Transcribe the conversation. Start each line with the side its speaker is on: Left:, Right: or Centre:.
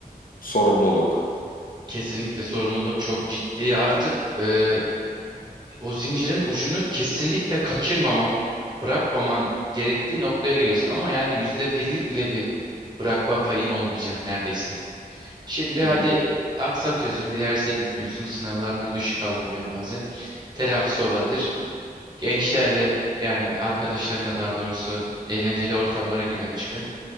Left: sorumluluk.
Right: Kesinlikle sorumluluk çok ciddi artık. Ee, o zincirin ucunu kesinlikle kaçırmaman, bırakmaman gerektiği noktaya geliyorsun. Ama yani yüzde birlik bile bir bırakma payın olmayacak neredeyse. Şimdi
Left: Hı
Right: hadi
Left: hı,
Right: aksatıyorsun, derse gitmiyorsun, sınavlardan düşük alabiliyorsun bazen. Telafisi olabilir. Gençlerle yani arkadaşlarına daha doğrusu eğlenceli ortamlara giriyorsun çıkıyorsun.